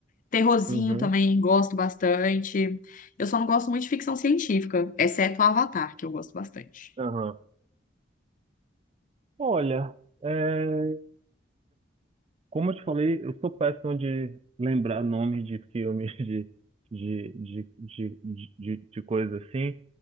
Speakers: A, on the left; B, on the right.
A: Terrorzinho
B: uhum,
A: também gosto bastante. Eu só não gosto muito de ficção científica, exceto Avatar, que eu gosto bastante.
B: aham. Olha, é, como eu te falei, eu sou péssimo de lembrar nomes de filmes, <laughs> de, de, de, de, de, de, de coisas assim,